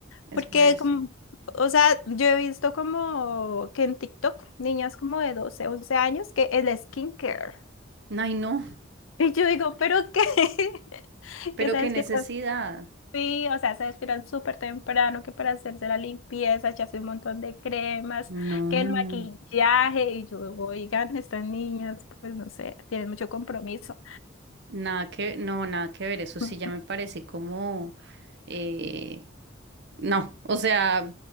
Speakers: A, on the right; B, on the left.
A: Es
B: Porque
A: por eso.
B: como, o sea, yo he visto como que en TikTok niñas como de 12, 11 años que el skincare.
A: Ay, no,
B: Y yo digo, ¿pero qué? <laughs>
A: pero
B: Que se
A: qué
B: despierta
A: necesidad.
B: Sí, o sea, se despiertan súper temprano que para hacerse la limpieza, echarse un montón de cremas,
A: No,
B: que el maquillaje, y yo, oigan, estas niñas, pues no sé, tienen mucho compromiso.
A: nada que, no, nada que ver. Eso sí
B: <laughs>
A: ya me parece como, eh, No, o sea,